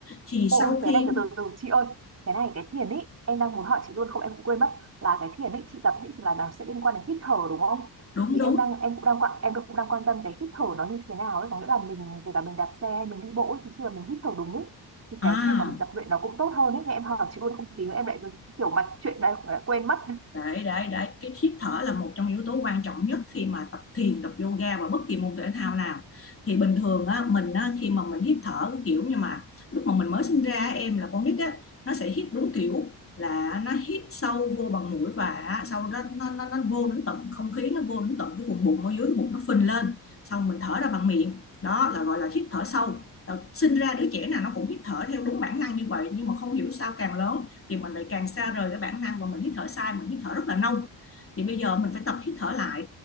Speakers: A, on the left; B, on the right.
A: thì sau
B: Ô, ôi
A: khi
B: cái này từ từ từ chị ơi cái này cái thiền ấy em đang muốn hỏi chị luôn không em cũng quên mất là cái thiền ấy chị tập ấy là nó sẽ liên quan đến hít thở đúng không
A: đúng
B: thì
A: đúng
B: em đang em cũng đang quan em cũng đang quan tâm cái hít thở nó như thế nào ấy có nghĩa là mình kể cả mình đạp xe hay mình đi bộ ấy, thì khi mà mình hít thở đúng ấy thì cái
A: à
B: việc mà mình tập luyện nó cũng tốt hơn ấy nên em hỏi chị luôn không tí nữa em lại kiểu mạch chuyện này em lại quên mất
A: đấy đấy đấy cái hít thở là một trong yếu tố quan trọng nhất khi mà tập thiền tập yoga và bất kỳ môn thể thao nào thì bình thường á mình á khi mà mình hít thở cái kiểu như mà lúc mà mình mới sinh ra em là con nít á nó sẽ hít đúng kiểu là nó hít sâu vô bằng mũi và sau đó nó nó, nó vô đến tận không khí nó vô đến tận cái vùng bụng ở dưới cái bụng nó phình lên xong mình thở ra bằng miệng đó là gọi là hít thở sâu Là sinh ra đứa trẻ nào nó cũng hít thở theo đúng bản năng như vậy nhưng mà không hiểu sao càng lớn thì mình lại càng xa rời cái bản năng và mình hít thở sai mình hít thở rất là nông thì bây giờ mình phải tập hít thở lại